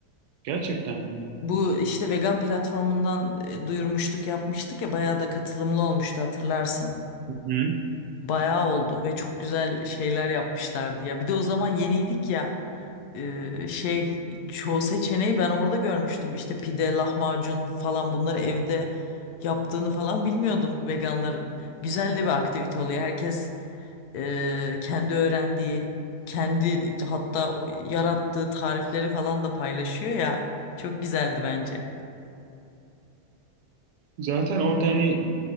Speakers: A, on the right (about 75°); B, on the left (about 75°).
A: Gerçekten mi?
B: Bu işte vegan platformundan e, duyurmuştuk yapmıştık ya bayağı da katılımlı olmuştu hatırlarsın.
A: Hı.
B: Bayağı oldu ve çok güzel şeyler yapmışlardı ya. Bir de o zaman yeniydik ya e, şey çoğu seçeneği ben orada görmüştüm. İşte pide, lahmacun falan bunları evde yaptığını falan bilmiyordum veganların. Güzel de bir aktivite oluyor. Herkes e, kendi öğrendiği, kendi hatta yarattığı tarifleri falan da paylaşıyor ya. Çok güzeldi bence.
A: Zaten orada hani